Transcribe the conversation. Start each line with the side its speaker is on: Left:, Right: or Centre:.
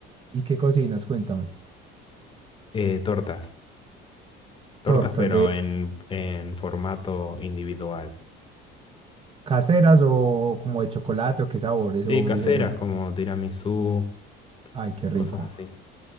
Right: ¿y qué cocinas? Cuéntame.
Left: Eh, tortas. Tortas,
Right: Tortas
Left: pero
Right: de,
Left: en, en formato individual.
Right: ¿Caseras o como de chocolate o qué sabores
Left: Sí,
Right: o
Left: caseras
Right: diferentes?
Left: como tiramisú,
Right: Ay, qué rico.
Left: cosas así.